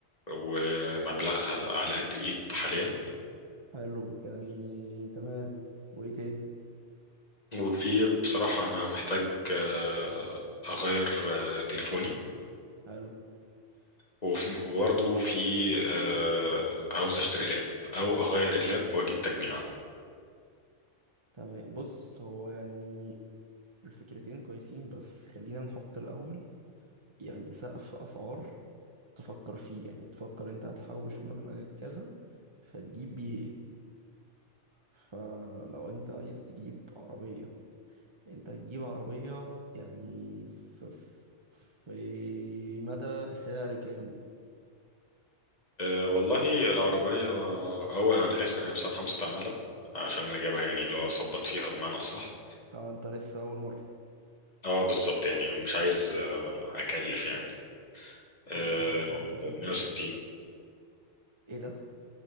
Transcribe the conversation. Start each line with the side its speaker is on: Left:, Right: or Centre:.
Left: ومبلغها على قد الايد حاليا
Right: حلو يعني تمام وايه تاني
Left: وفي بصراحه انا محتاج آه، اغير آه، تليفوني
Right: حلو
Left: وفي- وبرضه في آه، عاوز اشتري لاب او اغير اللاب واجيب تجميعة
Right: تمام بص هو يعني الفكرتين كويسين بس خلينا نحط الاول يعني سقف اسعار تفكر فيه يعني تفكر انت هتحوش مبلغ كذا فتجيب بيه ايه فلو انت عايز تجيب عربية انت هتجيب عربية يعني في في في مدى سعر كام
Left: آه، والله العربية اول على الاخر هي بصراحة مستعملة عشان انا جايبها يعني اللي هو خبط فيها بمعنى اصح
Right: طبعا انت لسه اول مرة
Left: اه بالظبط يعني مش عايز آه، اكلف يعني آه،
Right: و- اه فكرة
Left: 160
Right: كويسة ايه ده